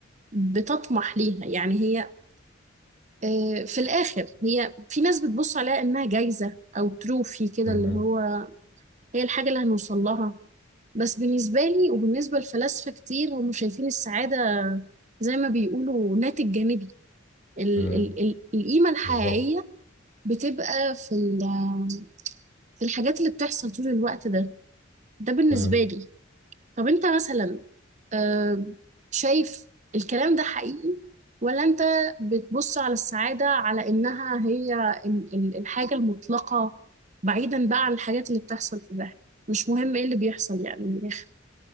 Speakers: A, on the right; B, on the left.
A: بتطمح ليها يعني هي آه، في الآخر هي في ناس بتبص عليها إنها جايزة أو تروفي كده
B: مم.
A: اللي هو هي الحاجة اللي هنوصل لها بس بالنسبة لي وبالنسبة لفلاسفة كتير هم شايفين السعادة زي ما بيقولوا ناتج جانبي ال
B: مم.
A: ال ال القيمة الحقيقية
B: بالظبط
A: بتبقى في ال- في الحاجات اللي بتحصل طول الوقت ده ده بالنسبة
B: مم.
A: لي طب أنت مثلا أه شايف الكلام ده حقيقي ولا انت بتبص على السعادة على انها هي ال- ال- الحاجة المطلقة بعيدا بقى عن الحاجات اللي بتحصل في الرحلة مش مهم ايه اللي بيحصل يعني من الاخر